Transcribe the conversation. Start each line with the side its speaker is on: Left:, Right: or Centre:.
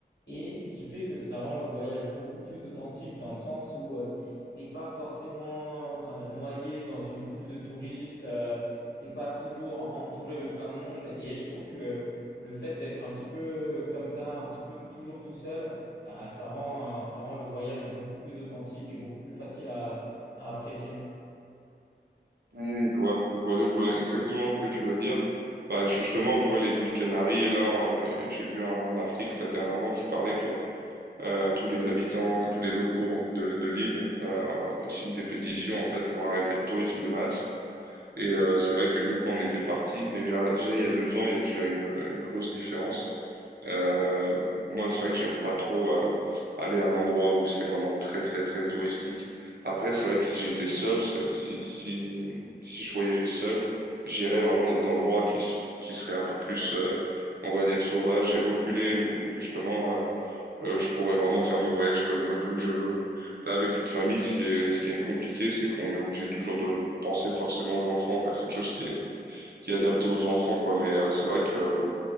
Left: Et ce qui fait que ça rend le voyage beaucoup plus authentique dans le sens où euh, t'es pas forcément euh, noyé dans une foule de touristes, euh, t'es pas toujours entouré de plein de monde. Et je trouve que le fait d'être un petit peu comme ça, un petit peu toujours tout seul, ah, ça rend, euh, ça rend le voyage beaucoup plus authentique et beaucoup plus facile à, à apprécier.
Right: Oui, Je vois, je vois, je vois exactement ce que tu veux dire. Bah justement, tu vois, les îles Canaries, et là, euh, j'ai vu un article là, dernièrement qui parlait que euh, tous les habitants, tous les locaux en fait, de, de l'île euh, signent des pétitions en fait pour arrêter le tourisme de masse Et euh, c'est vrai que nous, quand on était partis, déjà, déjà il y a deux ans, il y a déjà une, une grosse différence. Euh, moi, c'est vrai que j'aime pas trop euh, aller à un endroit où c'est vraiment très, très, très touristique. Après, c'est vrai que si j'étais seul, c'est- si, si, si je voyageais seul, j'irais vraiment dans des endroits qui, s- qui seraient un peu plus, euh, on va dire, sauvages et reculés, où justement, euh, euh, je pourrais vraiment faire mon voyage comme, comme je veux. Là, avec une famille, ce qui est, ce qui est compliqué, c'est qu'on est obligé toujours de penser forcément aux enfants, faire quelque chose qui est, qui est adapté aux enfants, quoi. Mais euh, c'est vrai que